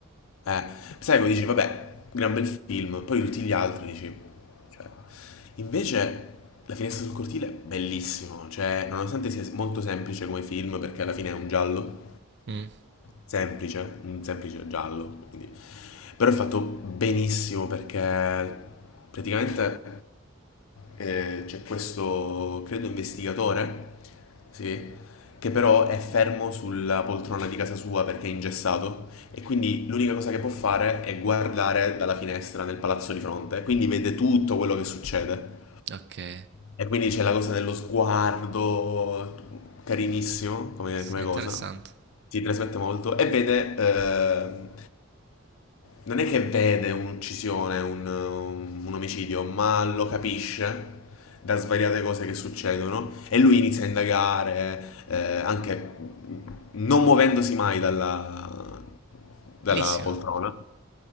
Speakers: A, on the left; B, on the right.
A: Eh, Psycho dici, vabbè, gran bel film, poi tutti gli altri dici... Cioè... Invece... La finestra sul cortile è bellissimo, cioè, nonostante sia molto semplice come film, perché alla fine è un giallo,
B: Mm,
A: semplice, un semplice giallo, quindi... Però è fatto benissimo perché praticamente eh, c'è questo, credo, investigatore, sì, che però è fermo sulla poltrona di casa sua perché è ingessato e quindi l'unica cosa che può fare è guardare dalla finestra nel palazzo di fronte, quindi vede tutto quello che succede.
B: Ok.
A: E quindi c'è la cosa dello sguardo, carinissimo come,
B: Sì,
A: come
B: interessante.
A: cosa, si trasmette molto, e vede eh, non è che vede un'uccisione, un, un omicidio, ma lo capisce da svariate cose che succedono e lui inizia a indagare, eh, anche non muovendosi mai dalla, dalla
B: Bellissima.
A: poltrona,